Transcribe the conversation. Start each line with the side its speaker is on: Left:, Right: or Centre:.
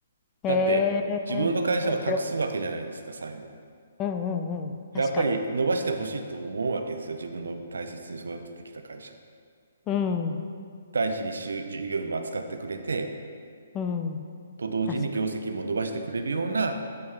Left: えー
Right: だって、自分の会社を託すわけじゃないですか、
Left: 面白い。
Right: 最後。
Left: うんうんうん。
Right: やっぱり伸ばしてほしいと思うわけですよ。
Left: 確かに。
Right: 自分の大切に育ててきた会社を。
Left: うん。
Right: 大事に従業員も扱ってくれて、
Left: うん。
Right: と同時に業績も伸ばしてくれるような
Left: 確か